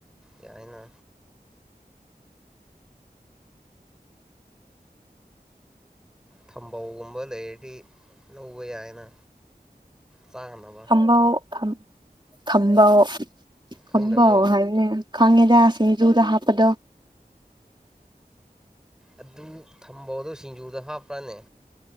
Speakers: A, in the centre; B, on the right (about 30°).
A: ꯌꯥꯏꯅ ꯊꯝꯕꯧꯒꯨꯝꯕ ꯂꯩꯔꯗꯤ ꯂꯧꯕ ꯌꯥꯏꯅ ꯆꯥꯅꯕ
B: ꯊꯝꯕꯧ ꯊꯝ ꯊꯝꯕꯧ
A: ꯈꯪꯗꯕ꯭ꯔꯣ
B: ꯍꯥꯏꯕ <unintelligible> ꯈꯪꯉꯦꯗ ꯁꯤꯡꯖꯨꯗ ꯍꯥꯞꯄꯗꯣ
A: ꯑꯗꯨ ꯊꯝꯕꯧꯗꯣ ꯁꯤꯡꯖꯨꯗ ꯍꯥꯞꯄ꯭ꯔꯥꯅꯦ